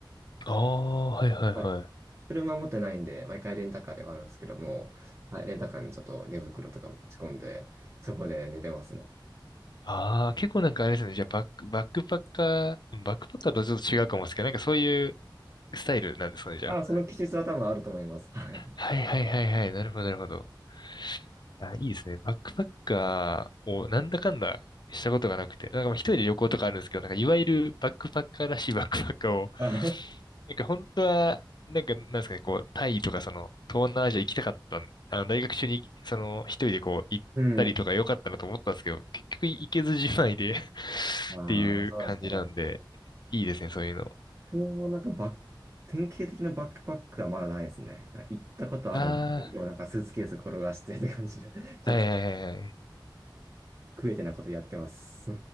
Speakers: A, on the left (about 60°); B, on the right (about 30°).
A: ああ、はいはいはい。
B: はい。車持ってないんで、毎回レンタカーではあるんですけども、はい、レンタカーにちょっと寝袋とか持ち込んで、そこで寝てますね。
A: ああ、結構なんかあれですね。じゃあ、バック、バックパッカー、バックパッカーとはちょっと違うかもですけど、なんかそういうスタイルなんですかね、じゃあ。
B: あ、その気質は多分あると思います。はい。
A: はいはいはいはい。なるほど、なるほど。いや、いいですね。バックパッカーをなんだかんだしたことがなくて、なんかまあ一人で旅行とかあるんですけど、なんかいわゆるバックパッカーらしい <laughs> バックパッカーを、
B: あ
A: なんか本当は、なんかなんですかね、こう、タイとかその、東南アジア行きたかったん、あの、大学中に、その、一人でこう、行ったりとか良かったなと思ったんですけど、
B: <laughs> うん。
A: 結局行けずじまいで <laughs> っ
B: ああ、
A: ていう感じなんで、
B: そうですか。こ
A: いいですね、そういうの。
B: う、なんかバック、典型的なバックパックはまだないですね。行ったことあるんで、
A: あ
B: でもなんかスーツケース転がしてって感じで、ちょっと。
A: あ、はいはいはいはい。
B: 食えてないことやってます。